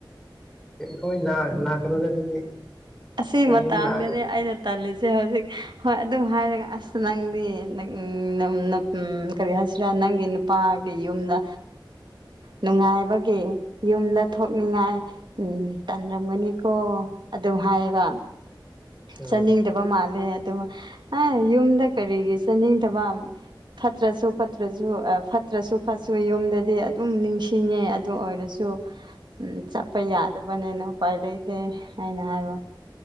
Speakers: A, in the centre; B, on the right.
A: ꯍꯣꯏ ꯂ ꯂꯥꯛꯀꯅꯨꯗ ꯑꯗꯨꯗꯤ
B: ꯑꯁꯤ
A: ꯅꯪ
B: ꯃꯇꯥꯡꯗꯅꯦ
A: ꯌꯨꯝ ꯂꯥꯛꯑꯗꯤ
B: ꯑꯩꯅ ꯇꯜꯂꯤ ꯁꯦ ꯍꯧꯖꯤꯛ ꯍꯣꯏ ꯑꯗꯨꯝ ꯍꯥꯏꯔꯒ ꯑꯁ ꯅꯪꯗꯤ ꯅꯪ ꯅꯪ ꯀꯔꯤ ꯍꯥꯏꯁꯤꯔ ꯅꯪꯒꯤ ꯅꯨꯄꯥꯒꯤ ꯌꯨꯝꯗ ꯅꯨꯡꯉꯥꯏꯕꯒꯤ ꯌꯨꯝꯗ ꯊꯣꯛꯅꯤꯡꯉꯥꯏ ꯎꯝ ꯇꯟꯔꯝꯒꯅꯤꯀꯣ ꯑꯗꯨꯝ ꯍꯥꯏꯕ
A: ꯎꯝ
B: ꯆꯠꯅꯤꯡꯗꯕ ꯃꯥꯜꯂꯦ ꯑꯗꯨ ꯌꯨꯝꯗ ꯀꯔꯤꯒꯤ ꯆꯥꯅꯤꯡꯗꯕ ꯐꯠꯇ꯭ꯔꯁꯨ ꯐꯠꯇ꯭ꯔꯁꯨ ꯑꯥ ꯐꯠꯇ꯭ꯔꯁꯨ ꯐꯠꯁꯨ ꯌꯨꯝꯗꯗꯤ ꯑꯗꯨꯝ ꯅꯤꯡꯁꯤꯡꯉꯦ ꯑꯗꯨ ꯑꯣꯏꯔꯁꯨ ꯎ ꯆꯠꯄ ꯌꯥꯗꯕꯅꯦꯅ ꯎꯄꯥꯏ ꯂꯩꯇꯦ ꯍꯥꯏꯅ ꯍꯥꯏꯕ